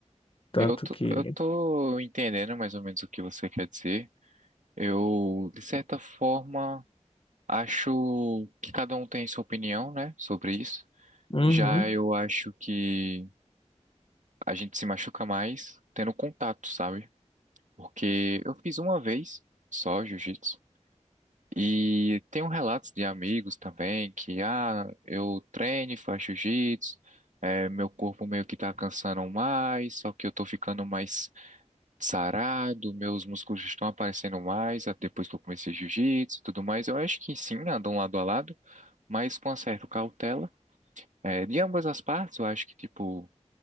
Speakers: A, on the left (about 50°); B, on the right (about 85°).
A: Tanto
B: Eu tô,
A: que.
B: eu tô entendendo mais ou menos o que você quer dizer. Eu, de certa forma, acho que cada um tem sua opinião, né, sobre isso.
A: Uhum.
B: Já eu acho que a gente se machuca mais tendo contato, sabe? Porque eu fiz uma vez só jiu-jitsu. E tem um relatos de amigos também que, ah, eu treino e faço jiu-jitsu, é, meu corpo meio que tá cansando mais, só que eu tô ficando mais sarado, meus músculos estão aparecendo mais ah, depois que eu comecei jiu-jitsu e tudo mais. Eu acho que sim, andam lado a lado, mas com uma certa cautela. É, de ambas as partes, eu acho que, tipo,